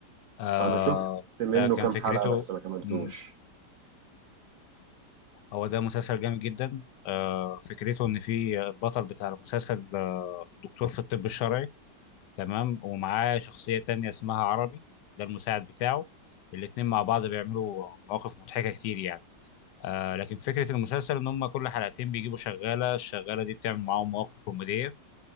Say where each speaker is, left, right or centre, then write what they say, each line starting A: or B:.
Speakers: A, on the left (about 75°); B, on the right (about 75°).
A: آه
B: أنا شفت منه
A: ده كان
B: كام
A: فكرته
B: حلقة بس ما كملتوش،
A: مم، هو ده مسلسل جامد جدا آه فكرته إن في البطل بتاع المسلسل آه دكتور في الطب الشرعي تمام ومعاه شخصية تانية اسمها عربي ده المساعد بتاعه الاتنين مع بعض بيعملوا مواقف مضحكة كتير يعني آه لكن فكرة المسلسل إن هما كل حلقتين بيجيبوا شغالة الشغالة دي بتعمل معاهم مواقف كوميدية